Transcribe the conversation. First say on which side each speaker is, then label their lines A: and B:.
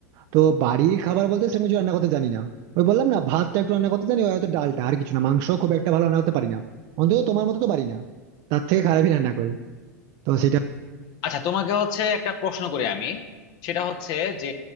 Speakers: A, on the right (about 50°); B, on the left (about 50°).
A: তো বাড়ির খাবার বলতে সেরকম কিছু রান্না করতে জানি না ওই বললাম না ভাতটা একটু রান্না করতে জানি ওই হয়তো ডালটা আর কিছু না মাংস খুব একটা ভালো রান্না করতে পারি না অন্তত তোমার মতো তো পারি না তার থেকে খারাপই রান্না করি তো সেটা
B: আচ্ছা তোমাকে হচ্ছে একটা প্রশ্ন করি আমি সেটা হচ্ছে যে